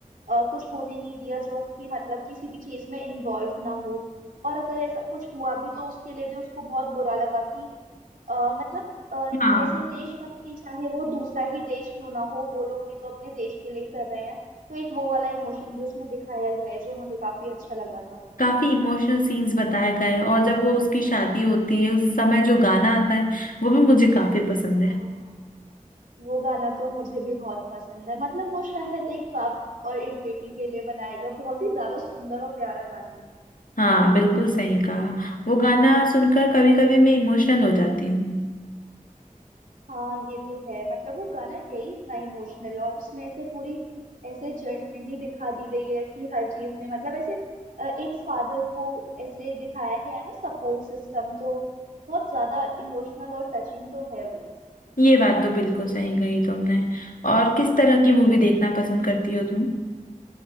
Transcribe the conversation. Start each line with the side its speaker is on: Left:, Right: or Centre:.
Right: अ, कुछ होने नहीं दिया जो कि मतलब किसी भी चीज में इन्वॉल्व ना हो और अगर ऐसा कुछ हुआ भी तो उसके लिए भी उसको बहुत बुरा लगा कि अ, मतलब अ,
Left: हाँ
Right: ऐसे देशभक्ति चाहे वो दूसरा ही देश क्यों ना हो वो लोग भी तो अपने देश के लिए ही कर रहे हैं तो एक वो वाला इमोशन भी उसमें दिखाया गया है जो मुझे काफी अच्छा लगा था
Left: काफी इमोशनल सीन्स बताए गए हैं और जब वो उसकी शादी होती है उस समय जो गाना आता है वो भी मुझे काफी पसंद है
Right: हाँ वो गाना तो मुझे भी बहुत पसंद है मतलब वो शायद एक बाप और एक बेटी के लिए बनाया गया बहुत ही ज्यादा सुंदर और प्यारा गाना है
Left: हाँ बिल्कुल सही कहा वो गाना सुनकर कभी कभी मैं इमोशनल हो जाती हूँ
Right: हाँ ये तो है मतलब वो गाना है ही इतना इमोशनल और उसमें ऐसे पूरी ऐसे जर्नी दिखा दी गई है कि हर चीज में मतलब ऐसे अ, एक फादर को ऐसे दिखाया गया है ना सपोर्ट सिस्टम तो बहुत ज्यादा इमोशनल और टचिंग तो है वो
Left: ये बात तो बिल्कुल सही कही तुमने और किस तरह की मूवी देखना पसंद करती हो तुम